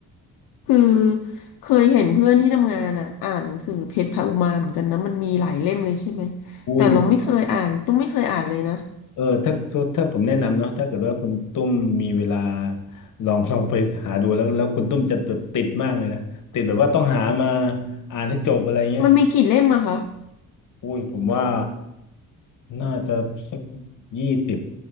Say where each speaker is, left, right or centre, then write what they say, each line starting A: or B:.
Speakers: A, on the left; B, on the left.
A: คือเคยเห็นเพื่อนที่ทำงานอ่ะอ่านหนังสือเพชรพระอุมาเหมือนกันนะมันมีหลายเล่มเลยใช่ไหม
B: อุ้ยมัน
A: แต่เราไม่เคยอ่านตุ้มไม่เคยอ่านเลยนะ
B: เออถ้าถ้าถ้าผมแนะนำเนาะถ้าเกิดว่าคุณตุ้มมีเวลาลอง <laughs> ลองไปหาดูแล้วแล้วคุณตุ้มจะแบบติดมากเลยนะติดแบบว่าต้องหามาอ่านให้จบอะไรเงี้ย
A: มันมีกี่เล่มอะคะ
B: อุ้ยผมว่าน่าจะสักยี่สิบ